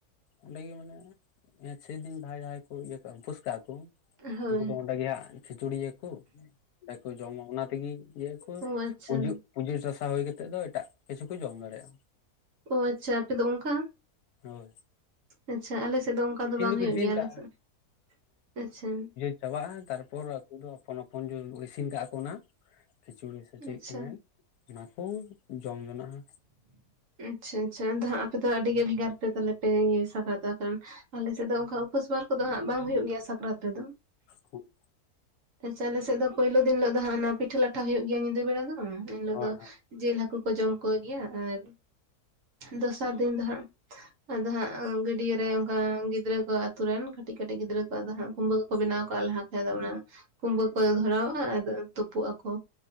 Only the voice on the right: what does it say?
ᱦᱳᱭ
ᱚ ᱟᱪᱪᱷᱟ
ᱚ ᱟᱪᱪᱷᱟ ᱟᱯᱮ ᱫᱚ ᱚᱱᱠᱟ
ᱟᱪᱪᱷᱟ ᱟᱞᱮ ᱥᱮᱫ ᱫᱚ ᱚᱱᱠᱟ
ᱫᱚ ᱵᱟᱝ
ᱦᱩᱭᱩᱜ
ᱜᱮᱭᱟ
ᱟᱞᱮ ᱥᱮᱫ, ᱟᱪᱪᱷᱟ
ᱟᱪᱪᱷᱟ
ᱟᱪᱪᱷᱟ ᱟᱪᱪᱷᱟ ᱟᱫᱚ ᱦᱟᱸᱜ ᱟᱯᱮ ᱫᱚ ᱟᱹᱰᱤ ᱜᱮ ᱵᱷᱮᱜᱟᱨ ᱯᱮ ᱛᱟᱦᱞᱮ ᱯᱮ ᱤᱭᱟᱹ ᱥᱟᱠᱨᱟᱛ ᱚᱜ ᱠᱟᱨᱚᱱ ᱟᱞᱮ ᱥᱮᱫ ᱫᱚ ᱚᱱᱠᱟ ᱩᱯᱟᱹᱥ ᱵᱟᱨ ᱠᱚᱫᱚ ᱦᱟᱜ ᱵᱟᱝ ᱦᱩᱭᱩᱜ ᱜᱮᱭᱟ ᱥᱟᱠᱨᱟᱛ ᱨᱮᱫᱚ
ᱟᱪᱪᱷᱟ ᱟᱞᱮ ᱥᱮᱫ ᱫᱚ ᱯᱳᱭᱞᱳ ᱫᱤᱱ ᱦᱤᱞᱳᱜ ᱫᱚ ᱦᱟᱸᱜ ᱚᱱᱟ ᱯᱤᱴᱷᱟᱹ ᱞᱟᱴᱷᱟ ᱦᱩᱭᱩᱜ ᱜᱮᱭᱟ ᱧᱤᱫᱟᱹ ᱵᱮᱲᱟ ᱫᱚ ᱮᱱ ᱦᱤᱞᱚᱜᱫᱚ
ᱡᱤᱞ ᱦᱟᱹᱠᱩ ᱠᱚ ᱡᱚᱢ ᱠᱚ ᱜᱮᱭᱟ ᱟᱨ ᱫᱚᱥᱟᱨ ᱫᱤᱱ ᱫᱚ ᱦᱟᱸᱜ ᱟᱫᱚ ᱦᱟᱸᱜ ᱜᱟᱹᱰᱭᱟᱹ ᱨᱮ ᱚᱱᱠᱟ ᱜᱤᱫᱽᱨᱟᱹ ᱠᱚ ᱟᱛᱩ ᱨᱮᱱ ᱠᱟᱹᱴᱤᱡ ᱠᱟᱹᱴᱤᱡ ᱜᱤᱫᱽᱨᱟᱹ ᱠᱚ ᱟᱫᱚ ᱦᱟᱸᱜ ᱠᱩᱢᱵᱟᱹ ᱠᱚ ᱵᱮᱱᱟᱣ ᱠᱟᱜ-ᱟ ᱞᱟᱦᱟ ᱠᱷᱚᱡ ᱟᱫᱚ ᱚᱱᱟ ᱠᱩᱢᱵᱟᱹ ᱠᱚ ᱫᱷᱚᱨᱟᱣᱟᱜ-ᱟ ᱟᱫᱚ ᱛᱩᱯᱩ ᱟᱠᱚ,